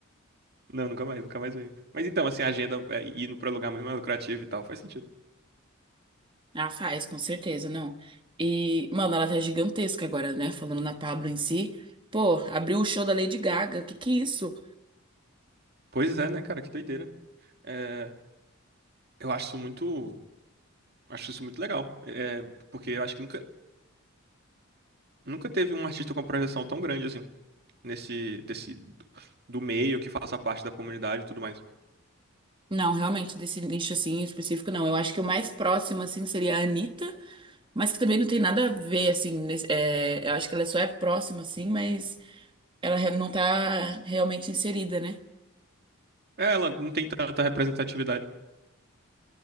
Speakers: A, on the right (about 50°); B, on the right (about 25°).
A: Não, nunca mais, nunca mais veio. Mas então, assim, a agenda é indo pra lugar muito mais lucrativo e tal, faz sentido.
B: Ah, faz, com certeza, não. E, mano, ela tá gigantesca agora, né? Falando na Pablo em si. Pô, abriu o show da Lady Gaga. Que que é isso?
A: Pois é, né, cara, que doideira. É, Eu acho isso muito, acho isso muito legal, é, porque eu acho que nunca, nunca teve um artista com uma projeção tão grande assim, nesse, desse, do meio, que faça parte da comunidade e tudo mais.
B: Não, realmente, desse nicho assim em específico, não. Eu acho que o mais próximo, assim, seria a Anitta, mas que também não tem nada a ver, assim. nesse- é, eu acho que ela só é próxima, assim, mas ela re- não tá realmente inserida, né?
A: É, ela não tem tanta representatividade.